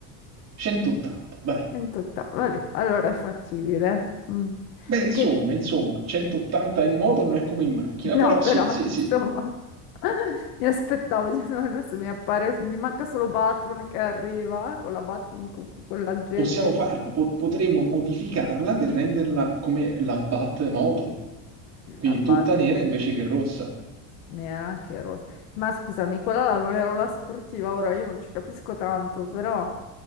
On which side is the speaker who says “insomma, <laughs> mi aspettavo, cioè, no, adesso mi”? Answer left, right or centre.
Left